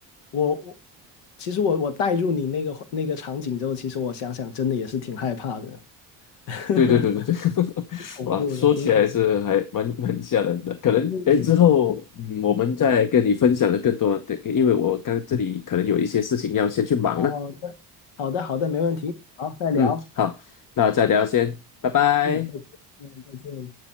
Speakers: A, on the left (about 80°); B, on the left (about 40°).
A: 我我其实我我带入你那个那个场景之后，其实我想想，真的也是挺害怕的，<laughs>
B: 对对对对对，<laughs>
A: 恐怖的，
B: 哇，说起来是还蛮蛮吓人的。
A: 挺恐怖的。
B: 可能哎，
A: 嗯，
B: 之后嗯，我们再跟你分享的更多的，因为我刚这里可能有一些事情要先去忙了。
A: 好的，好的，好的，没问题，好，再聊，
B: 嗯，好，那再聊先，拜拜。
A: 嗯，再见，嗯，再见。